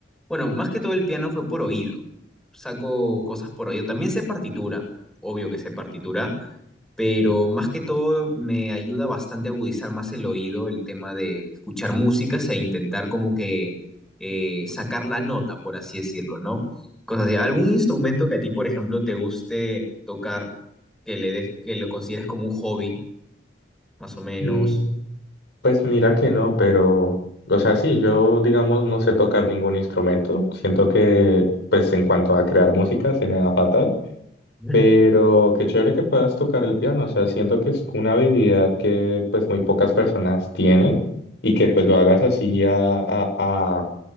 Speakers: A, in the centre; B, on the left.
A: bueno, más que todo el piano fue por oído. Saco cosas por oído. También sé partitura, obvio que sé partitura, pero más que todo me ayuda bastante a agudizar más el oído el tema de escuchar músicas e intentar como que eh, sacar la nota, por así decirlo, ¿no? Cosas así. ¿Algún instrumento que a ti, por ejemplo, te guste tocar, que le des, que lo consideres como un hobby? más o menos.
B: Mm. Pues mira que no, pero, o sea, sí, yo digamos no sé tocar ningún instrumento. Siento que, pues en cuanto a crear música, se me da fatal,
A: <laughs>
B: pero qué chévere que puedas tocar el piano. O sea, siento que es una habilidad que pues muy pocas personas tienen y que pues lo hagas así a, a,